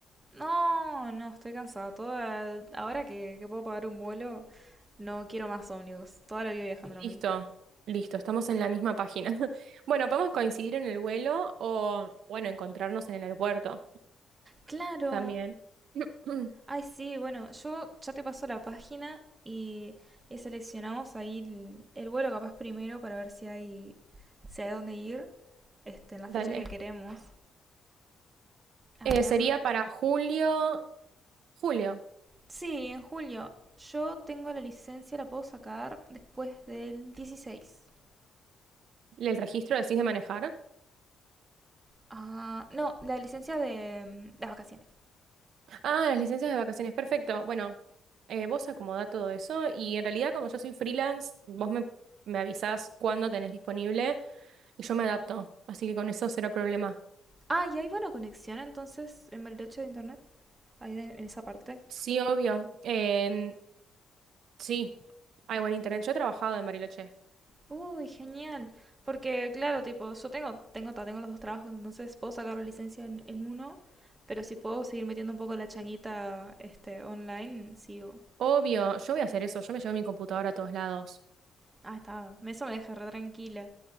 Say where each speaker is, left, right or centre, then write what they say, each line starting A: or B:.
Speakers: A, on the right; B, on the right.
A: No, no, estoy cansada. Toda, ahora que, que puedo pagar un vuelo, no quiero más ómnibus. Toda la vida viajando en ómnibus.
B: Listo, listo, estamos en la misma página. <laughs> Bueno, podemos coincidir en el vuelo o, bueno, encontrarnos en el aeropuerto
A: Claro.
B: también. <clears throat>
A: Ay, sí, bueno, yo ya te paso la página y, y seleccionamos ahí el, el vuelo capaz primero para ver si hay, si hay dónde ir. este, en la
B: Dale.
A: fecha que queremos. A
B: Eh,
A: ver.
B: sería para julio, julio.
A: Sí, en julio. Yo tengo la licencia, la puedo sacar después del dieciséis
B: ¿El registro decís de manejar?
A: Ah, no, la licencia de mm, las vacaciones.
B: Ah, las licencias de vacaciones, perfecto. Bueno, eh, vos acomodá todo eso y en realidad como yo soy freelance, vos me, me avisás cuándo tenés disponible y yo me adapto, así que con eso cero problema.
A: Ah, y hay buena conexión entonces en Bariloche de internet. Ahí de- en esa parte.
B: Sí, obvio. Em, sí, hay buen internet. Yo he trabajado en Bariloche.
A: Uy, genial. Porque, claro, tipo, yo tengo, tengo, ta- tengo los dos trabajos, entonces puedo sacar la licencia en, en uno, pero si puedo seguir metiendo un poco la changuita este, online, sigo.
B: Obvio, yo voy a hacer eso, yo me llevo mi computadora a todos lados.
A: Ah, está. Eso me deja re tranquila.